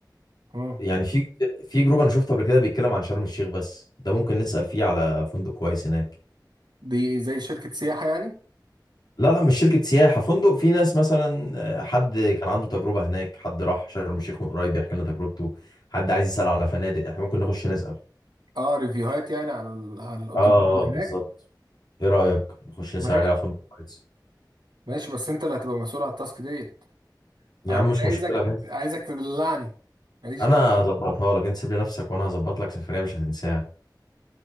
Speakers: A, on the right (about 70°); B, on the left (about 60°).
A: آه.
B: يعني في في جروب انا شفته قبل كده بيتكلم عن شرم الشيخ بس ده ممكن نسأل فيه على فندق كويس هناك
A: دي زي شركة سياحة يعني
B: لا لا مش شركة سياحة فندق في ناس مثلا آه، حد كان عنده تجربة هناك حد راح شرم الشيخ من قريب بيحكي لنا تجربته حد عايز يسأل على فنادق احنا ممكن نخش نسأل
A: اه ريفيوهات يعني على ال... على الاوتيلات
B: اه
A: اللي
B: بالظبط
A: هناك
B: ايه رأيك نخش نسأل
A: ماشي
B: عليها فندق كويس
A: ماشي بس انت اللي هتبقى مسؤول على التاسك ديت
B: يا
A: انا
B: عم مش مشكلة
A: عايزك
B: ماشي
A: عايزك تدلعني ماليش
B: انا
A: دعوه
B: هظبطها لك انت سيب لي نفسك وانا هظبط لك سفرية مش هتنساها